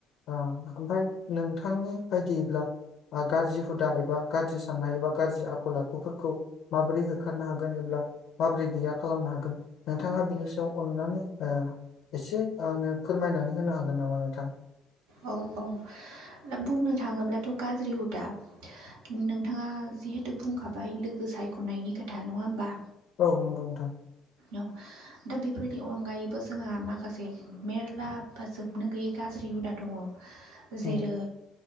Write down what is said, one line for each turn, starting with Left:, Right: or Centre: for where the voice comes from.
Left: आ ओमफाय नोंथांनि बायदियैब्ला आ गाज्रि हुदा एबा गाज्रि साननाय एबा गाज्रि आखल आखुफोरखौ माबोरै होखारनो हा गोन एब्ला माबोरै गैया खालामनो हागोन नोंथाङा बिनि सायाव अननानै ओ एसे आङो फोरमायनानै होनो हागोन नामा नोंथां?
Right: औ औ दा बुंनो थाङोब्लाथ' गाज्रि हुदा नोंथाङा जिहेथु बुंखाबाय लोगो सायख'नायनि खोथा नङा ओमबा?
Left: औ नंगौ नोंथां।
Right: औ दा बेफोरनि अनगायैबो जोंहा माखासे मेरला बा जोबनो गैयै गाज्रि हुदा दङ।
Left: उम,
Right: जेरै